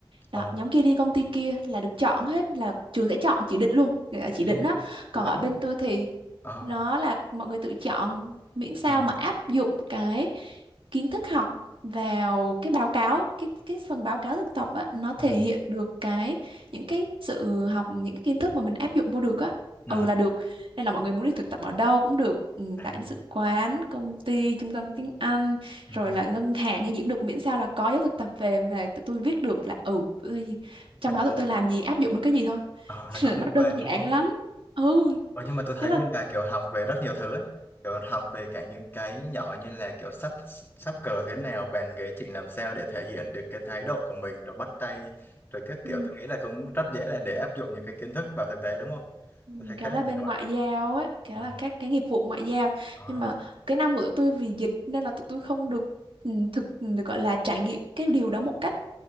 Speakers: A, on the right; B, on the left.
A: đó
B: ồ
A: nhóm kia đi công ty kia là được chọn hết là trường sẽ chọn chỉ định luôn Gọi là chỉ
B: à,
A: định á còn
B: ủa là
A: ở bên
B: bắt
A: tôi thì
B: ờ
A: nó là mọi người tự chọn miễn sao
B: ừ
A: mà áp dụng cái kiến thức học vào cái báo cáo cái cái phần báo cáo thực tập á nó thể
B: ừ
A: hiện được cái những cái sự học những cái kiến thức mà mình áp dụng vô được á
B: ừ
A: ừ là được nên là mọi người muốn đi thực tập ở đâu cũng được ừ,
B: à
A: lãnh sự quán công ty trung tâm tiếng Anh
B: ừ.
A: rồi là ngân hàng hay gì cũng được miễn sao là có giáo thực tập về về tụi tôi viết được là ừ tụi tôi trong
B: Là
A: đó tụi
B: có,
A: tôi làm gì áp dụng được cái gì thôi
B: ờ,
A: <laughs>
B: là có liên
A: nó
B: quan
A: đơn giản
B: đúng không
A: lắm ừ
B: Ờ, nhưng mà tôi thấy
A: đấy là
B: bên bà kiểu học về rất nhiều thứ ấy. Kiểu học về cả những cái nhỏ như là kiểu sắp sắp cờ thế nào, bàn ghế chỉnh làm sao để thể hiện được cái thái độ của mình, rồi bắt tay, rồi các
A: ừ.
B: kiểu. Tôi nghĩ là cũng rất dễ là để áp dụng những cái kiến thức vào thực tế đúng không?
A: Ừ,
B: Tôi thấy
A: Kéo
B: khá là
A: là
B: nhiều
A: bên
B: đấy.
A: ngoại giao ấy, kéo
B: Ừ.
A: là các cái nghiệp vụ ngoại giao.
B: Ờ.
A: Nhưng mà cái năm của tụi tôi vì dịch nên là tụi tôi không được ừ, thực ừ, được gọi là trải nghiệm cái điều đó một cách